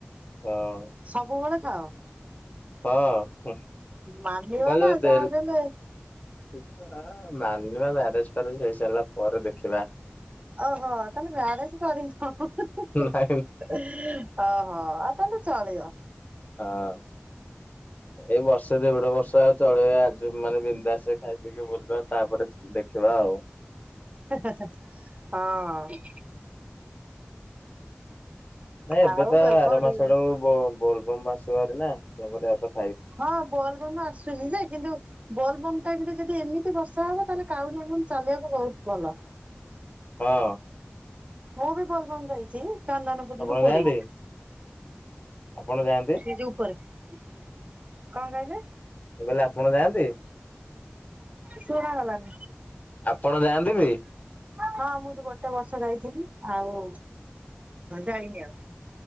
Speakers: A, on the left; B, on the right.
A: ହଁ।
B: ସବୁବେଳେ ଖାଅ!
A: ହଁ
B: ମାନିବ
A: ମାନେ
B: ନା
A: ଯଦି ଦେଲ
B: ଯାହାବି ହେଲେ।
A: <inaudible> ମାନିବା ମ୍ୟାରେଜ୍ ଫ୍ୟାରେଜ୍ ହେଇସାରିଲା ପରେ ଦେଖିବା।
B: ଓହୋ! ତାହାଲେ, ମ୍ୟାରେଜ କରିନ? ହଁ ହଁ ହଁ ହିଁ
A: ନାଇଁ
B: ହିଁ ଅହୋ ଆ ତା, ହେଲେ ଚଳିବ।
A: ହଁ। ଏଇ ବର୍ଷେ ଦେଢ ବର୍ଷ ଆଉ ଚଳେଇବା। ଆଜି ମାନେ, ବିନ୍ଦାସେ ଖାଇ ପିଇକି ବୁଲିବା। ତା'ପରେ ଚି ଦେଖିବା ଆଉ।
B: ହେଁ ହେଁ ହେଁ, ହଁ।
A: ନାଇଁ, ଏବେ
B: ଆଉ
A: ତ ଆର
B: କୋଉଠି
A: ମାସ ଆଡ଼ୁବ୍ ବୋ-ବୋଲବମ୍ ମାସ ଆରେ ନା। <unintelligible>
B: ହଁ, ବୋଲ୍ ବମ୍ ଆସୁଛି ଯେ, କିନ୍ତୁ ବୋଲ୍ ବମ୍ ଟା ଯଦି ଯଦି ଏମିତି ବର୍ଷା ହବ। ତାହେଲେ, କାଉଡ଼ିଆ ମାନେ ଚାଲିବାକୁ ବହୁତ ଭଲ।
A: ହଁ।
B: ମୁଁ ବି ବଲ୍ ଭମ୍ ଯାଇଛି। ଚନ୍ଦନପୁରୁରୁୁ
A: ଆପଣ
B: ପୁରୀ।
A: ଯାଆନ୍ତି ଆପଣ ଯାଆନ୍ତି?
B: ସିଟ୍ ଉପରେ। କଣ କହିଲେ?
A: ମୁଁ କହିଲି ଆପଣ ଯାଆନ୍ତି?
B: ଶୁଣାଗଲା ନି।
A: ଆପଣ ଯାଆନ୍ତି ବି?
B: ହଁ, ମୁଁ ତ ଗୋଟେ ବର୍ଷ ଯାଇଥିଲି। ଆଉ ଯାଇନି ଆଉ।